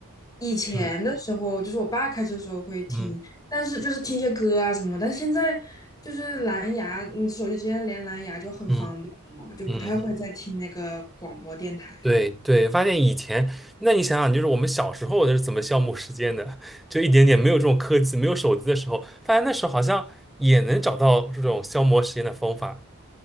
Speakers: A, on the left; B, in the centre.
A: 以前的时候，
B: 嗯
A: 就是我爸开车的时候会听，
B: 嗯
A: 但是就是听一些歌啊什么，但现在就是蓝牙，你手机直接连蓝牙就很方便了嘛，
B: 嗯
A: 就不太会再听那个广播电台了。
B: 嗯，嗯对对，发现以前，那你想想，就是我们小时候是怎么消磨时间的，就一点点没有这种科技，没有手机的时候，发现那时候好像也能找到这种消磨时间的方法。